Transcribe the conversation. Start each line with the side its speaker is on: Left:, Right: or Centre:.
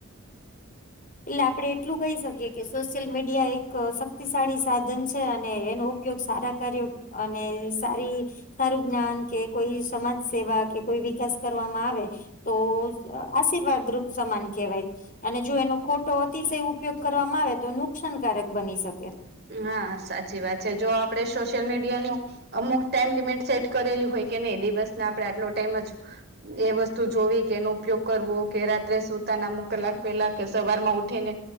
Left: એટલે આપડે એટલું કહી શકીએ કે સોશિયલ મીડિયા એક શક્તિશાળી સાધન છે અને એનો ઉપયોગ સારા કર્યો અને સારી સારું જ્ઞાન કે કોઈ સમાજ સેવા કે કોઈ વિકાસ કરવામાં આવે તો આશીર્વાદ રૂપ સમાન કહેવાય અને જો એનું ખોટો અતિશય ઉપયોગ કરવામાં આવે તો નુકસાનકારક બની શકે
Right: હા સાચી વાત છે જો આપડે સોશિયલ મીડિયાનું અમુક ટાઈમ લિમિટ સેટ કરેલી હોય કે નહી દિવસ ના આપડણે આટલો ટાઈમ જ એ વસ્તુ જોવી કે એનો ઉપયોગ કરવો કે રાત્રે સુતાનામુક કલાક પહેલા કે સવારમાં ઉઠીને